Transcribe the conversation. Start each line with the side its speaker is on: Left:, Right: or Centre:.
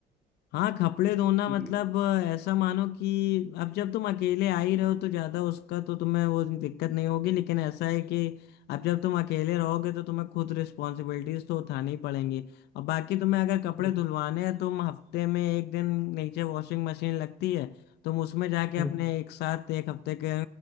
Left: हाँ कपड़े धोना
Centre: कि
Left: मतलब अ, ऐसा मानो कि अब जब तुम अकेले आ ही रहे हो तो ज़्यादा उसका तो तुम्हें वो दिक्कत नहीं होगी लेकिन ऐसा है कि अब जब तुम अकेले रहोगे तो तुम्हें खुद रिस्पॉन्सिबिलिटीज तो उठानी पड़ेंगी और बाकी तुम्हें अगर कपड़े
Centre: हम्म
Left: धुलवाने हैं तो तुम हफ्ते में एक दिन नीचे वॉशिंग मशीन लगती है तुम उसमें जाके अपने
Centre: हम्म,
Left: एक साथ एक हफ्ते के